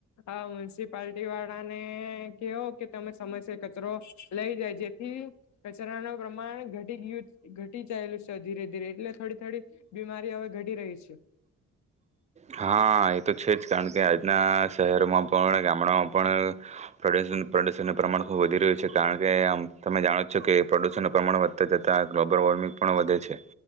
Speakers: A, on the left; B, on the right.
A: આ મ્યુનિસિપાલટી વાળા ને કેહો કે તમે સમયસ કચરો લઈ જાય. જેથી કચરાનું પ્રમાણ ઘટી ગયું ઘટી જાયેલું છે ધીરે, ધીરે. એટલે થોડી, થોડી બીમારી હવે ઘટી રહી છે.
B: હા, એ તો છે જ. કારણ કે, આજના શહેરમાં પણ, ગામડામાં પણ પ્રદૂષણ પ્રદુષણનું પ્રમાણ ખૂબ વધી રહ્યું છે. કારણ કે, આમ તમે જાણો જ છો કે પ્રદુષણનું પ્રમાણ વધતા જતાં ગ્લોબલ વોર્મિંગ પણ વધે છે.